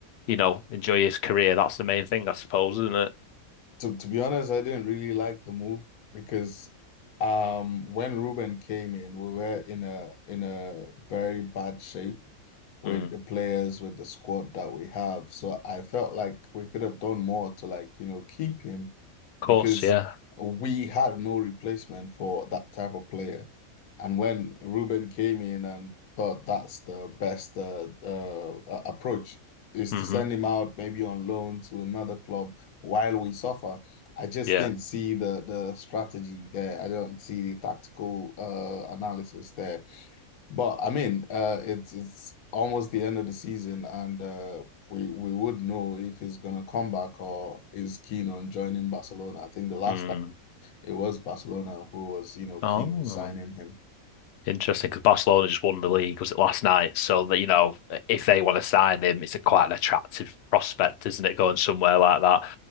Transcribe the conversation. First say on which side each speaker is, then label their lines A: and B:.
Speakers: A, on the left; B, on the left.
A: you know enjoy his career. That's the main thing, I suppose, isn't it?
B: To to be honest, I didn't really like the move because um when Ruben came in, we were in a in a very bad shape with
A: Mm.
B: the players, with the squad that we have. So I felt like we could have done more to like, you know, keep him
A: Of
B: because
A: course, yeah.
B: we had no replacement for that type of player. And when Ruben came in and thought that's the best uh, uh, approach is
A: hmm
B: to send him out maybe on loan to another club while we suffer. I just
A: Yeah.
B: didn't see the the strategy there. I don't see the tactical uh, analysis there. But I mean, uh, it's it's almost the end of the season, and uh, we we would know if he's gonna come back or is keen on joining Barcelona. I think the last
A: Mm.
B: time it was Barcelona who was, you know,
A: Oh.
B: keen on signing him.
A: Interesting, because Barcelona just won the league, was it last night? So that you know, if they want to sign him, it's a quite an attractive prospect, isn't it? Going somewhere like that.